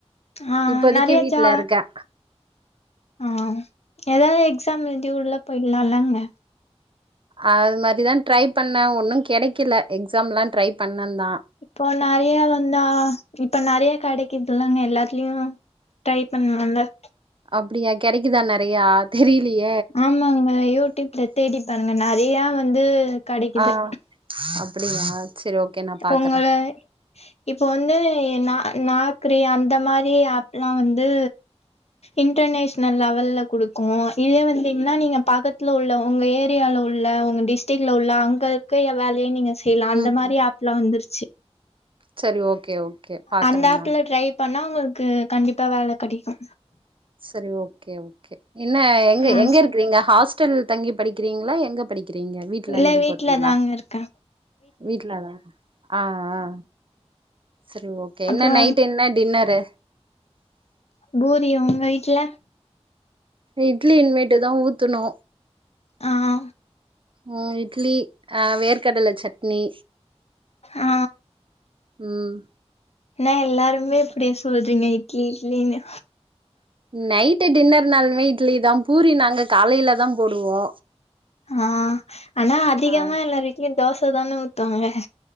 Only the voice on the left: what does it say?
ஆ
நெறைய
ஜா
ஆ எதாது எக்ஸாம் எழுதி உள்ள போயிடலால்லங்க
இப்போ நெறைய வந்தா இப்ப நெறைய கெடைக்குதுல்லாங்க எல்லாத்துலயு ட்ரை பண்லால்ல
ஆமாங்க ம யூடியூப்ல தேடிப்பருங்க நெறையா வந்து கெடைக்குது
உங்கள இப்போ வந்து நா நாக்ரி அந்த மாரி ஆப்லா வந்து இன்டர்நேஷனல் லெவல்ல குடுக்கும் இதே வந்துங்ன்னா நீங்க பக்கத்துல உள்ள உங்க ஏரியால உள்ள உங்க டிஸ்ட்ரிக்ல உள்ள அங்க இருக்க ஏவேலைய நீங்க செய்லா அந்த
மாரி ஆப் அ வந்துருச்சு
அந்த ஆப்ல
ட்ரை பண்ணா உங்களுக் கு கண்டிப்பா வேல கடைக்கு
ஆ
இல்ல
வீட்ல
தாங்க இருக்கே
அப்றோ
பூரி உங்க வீட்ல
ஆஹ்ஹ
ஆ
என்னா எல்லாருமே இப்டி சொல்றீங்க இட்லி இட்லினு
ஆ ஆனா அதிகமா
எல்லார் வீட்லையு தோசை தானே ஊத்துவாங்க